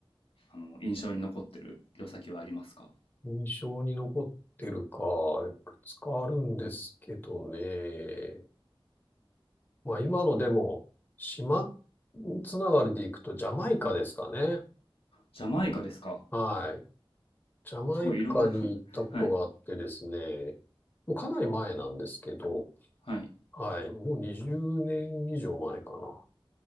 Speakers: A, on the left; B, on the left.
A: あの、印象に残ってる旅先はありますか
B: 印象に残ってるか、いくつかあるんですけどね。まあ今のでも、島つながりで行くとジャマイカですかね。
A: ジャマイカですか
B: はい。ジャマイカに行ったことがあってですね、
A: すごいいろんな <laughs> はい。
B: もうかなり前なんですけど、
A: はい。
B: はい。もう20年以上前かな。